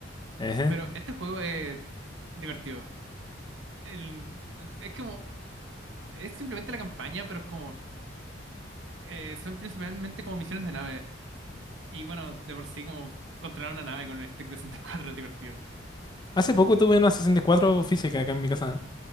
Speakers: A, on the left; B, on the right.
A: Ejé.
B: pero este juego es divertido. El- es como, es simplemente la campaña, pero es como, eh, son principalmente como misiones de nave. Y bueno, de por sí, como controlar una nave con el stick de 64 es divertido.
A: Hace poco tuve una 64 física acá en mi casa